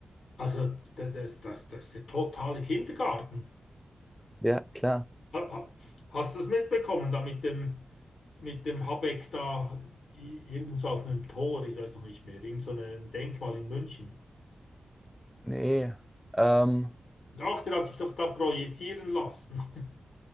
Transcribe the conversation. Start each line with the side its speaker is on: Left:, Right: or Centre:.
Left: also d- das, das, das ist der totale Kindergarten.
Centre: Ja, klar.
Left: Ha- ha- Hast du das mitbekommen da mit dem, mit dem Habeck da i- irgendwo auf einem Tor, ich weiß noch nicht mehr, irgend so ein Denkmal in München?
Centre: Nee, ähm,
Left: Doch, der hat sich doch da projizieren lassen. <laughs>